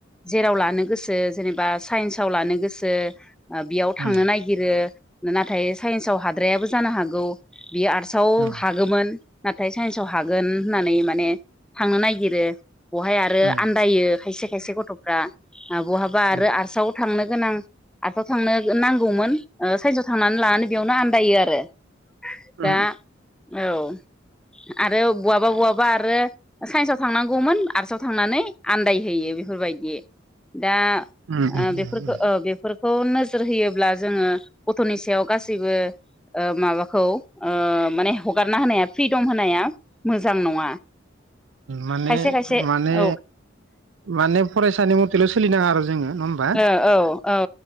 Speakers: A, in the centre; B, on the right.
A: जेराव लानो गोसो जेनेबा साइन्साव लानो गोसो <inaudible> बेयाव थांनो
B: उम
A: नागिरो नाथाय साइन्सआव हाद्रायाबो जानो हागौ बे आर्टसआव
B: उम
A: हागौमोन नाथाय साइन्सआव हागोन होननानै माने थांनो नागिरो बहाय आरो
B: उम
A: आन्दायो खायसे खायसे गथ'फ्रा बहाबा
B: उम
A: आरो आरसाव थांनो गोनां आरसाव थांनो नांगौमोन साइसाव थांनानै लानानै बेयावनो आन्दायो आरो
B: उम
A: दा औ आरो बहाबा बहाबा आरो साइन्सआव थांनांगौमोन आर्टसआव थांनानै आन्दायहोयो बेफोरबायदि दा
B: उम उम
A: ओ बेफोरखौ ओ बेफोर खौ नोजोर होयोब्ला जोङो गथ'नि सायाव गासैबो माबाखौ ओ माने हगारना होनाया फ्रिदम होनाया मोजां नङा
B: माने
A: खायसे खायसे
B: माने
A: औ
B: माने फरायसानि मथेल सलिनो नाङा आरो जोङो नङा होमबा
A: औ औ औ